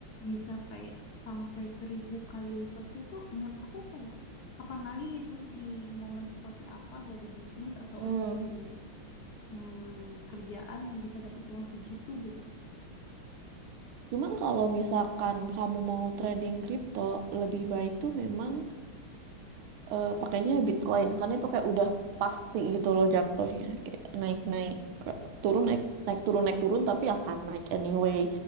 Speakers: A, on the left; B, on the right.
A: bisa kayak sampai seribu kali lipatnya tuh menurut aku kayak kapan lagi gitu di momen seperti apa dari bisnis atau
B: Hmm.
A: entah di eh, kerjaan yang bisa dapet uang segitu gitu.
B: Cuman kalau misalkan kamu mau trading kripto, lebih baik tuh memang eh, pakainya Bitcoin. Karena itu kayak udah pasti gitu loh jatuhnya. Kayak naik-naik, ke- turun naik naik turun naik turun tapi akan naik anyway.